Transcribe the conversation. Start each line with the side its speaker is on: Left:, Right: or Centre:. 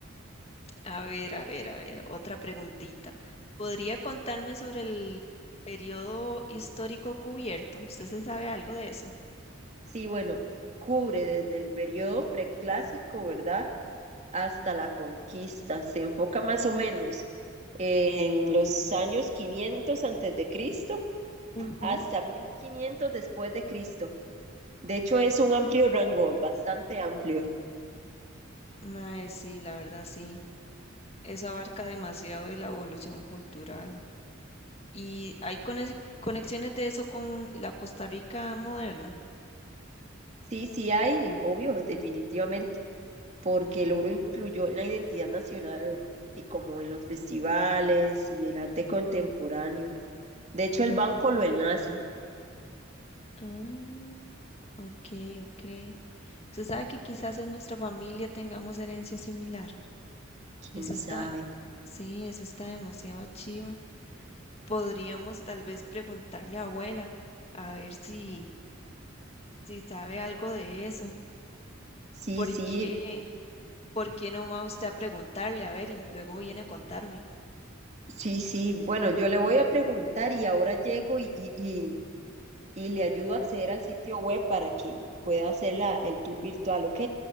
Left: A ver, a ver, a ver, otra preguntita. ¿Podría contarme sobre el periodo histórico cubierto? ¿Usted se sabe algo de eso?
Right: sí, bueno, cubre desde el periodo preclásico, ¿verdad? Hasta la conquista. Se enfoca más o menos en los años 500 antes de Cristo
Left: Ujú.
Right: hasta 1500 después de Cristo. De hecho, es un amplio rango, bastante amplio.
Left: Mae, sí, la verdad sí. Eso abarca demasiado de la evolución cultural. ¿Y hay conex- conexiones de eso con la Costa Rica moderna?
Right: Sí, sí hay, obvio, definitivamente, porque el oro influyó en la identidad nacional y como en los festivales y el arte contemporáneo. De hecho, el banco lo enlaza,
Left: Ah, ok, ok. Usted sabe que quizás en nuestra familia tengamos herencia similar.
Right: quién
Left: Eso está,
Right: sabe.
Left: sí, eso está demasiado chiva. Podríamos tal vez preguntarle a abuela a ver si, si sabe algo de eso.
Right: Sí,
Left: ¿Por
Right: sí,
Left: qué? ¿Por qué no va usted a preguntarle? A ver, y luego viene a contarme.
Right: sí, sí. Bueno, yo le voy a preguntar y ahora llego y, y, y, y le ayudo a acceder al sitio web para que pueda hacer la, el tour virtual, ¿ok?